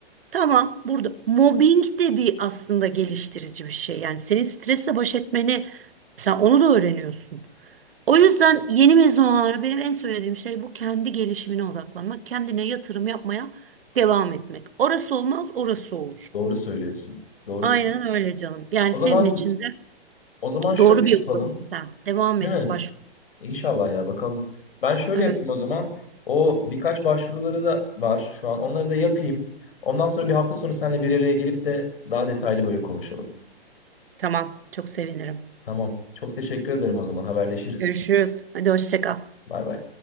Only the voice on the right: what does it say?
tamam burada mobbing de bir aslında geliştirici bir şey. Yani senin stresle baş etmeni sen onu da öğreniyorsun. O yüzden yeni mezun olanlara benim en söylediğim şey bu kendi gelişimine odaklanmak, kendine yatırım yapmaya devam etmek. Orası olmaz, orası olur.
Aynen
öyle canım. Yani
senin
için de
doğru bir
yoldasın sen. Devam
et,
baş.
Evet,
tamam. Çok sevinirim.
Görüşürüz. Hadi hoşça kal.